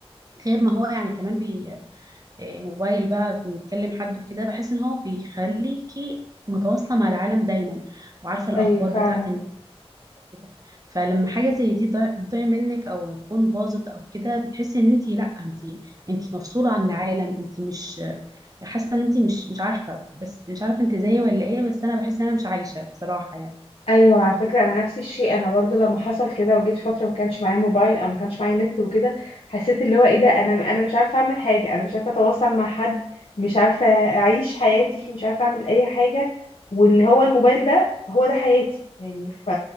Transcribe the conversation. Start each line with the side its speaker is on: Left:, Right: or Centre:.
Right: غير ما هو يعني كمان بي آه، موبايل بقى بنتكلم حد وكده بحس ان هو بيخليكي متواصلة مع العالم دايما وعارفة الأخبار
Left: ايوه فعلا
Right: بتاعة النت كده فلما حاجة زي دي ضاع- تضيع منك أو تكون باظت أو كده بتحسي إن أنت لأ أنت أنت مفصولة عن العالم أنت مش حاسة إن أنت مش مش عارفة بس مش عارفة أنت زيي ولا إيه بس أنا بحس إن أنا مش عايشة بصراحة يعني
Left: ايوه على فكره انا نفس الشيء انا برضو لما حصل كده وجيت فتره ما كانش معايا موبايل او ما كانش معايا نت وكده حسيت اللي هو ايه ده انا انا مش عارفه اعمل حاجه انا مش عارفه اتواصل مع حد مش عارفه اعيش حياتي مش عارفه اعمل اي حاجه وان هو الموبايل ده هو ده حياتي يعني ف